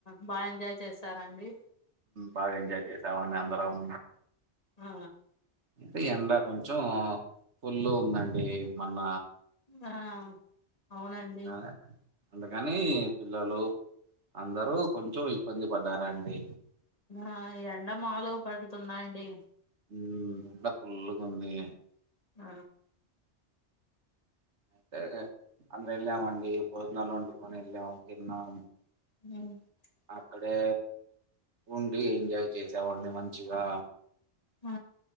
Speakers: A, on the left; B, on the right.
A: బా ఎంజాయ్ చేస్తార అండి
B: బాగా ఎంజాయ్ చేశామండి అందరం
A: ఆ
B: అంటే ఎండ కొంచెం ఫుల్ ఉందండి మొన్న
A: ఆ అవునండి
B: అందుకనే అందుకని పిల్లలు అందరూ కొంచెం ఇబ్బంది పడ్డారండి
A: ఆ ఈ ఎండ మాలుగ పడుతున్నాయండి
B: ఉ ఎండ ఫుల్లుగా ఉంది
A: ఆ
B: అయితే అందర వెళ్ళామండి భోజనాలు వండుకొని వెళ్ళాము తిన్నాము
A: <inaudible>
B: అక్కడే ఉండి ఎంజాయ్ చేసామండి మంచిగా
A: ఆ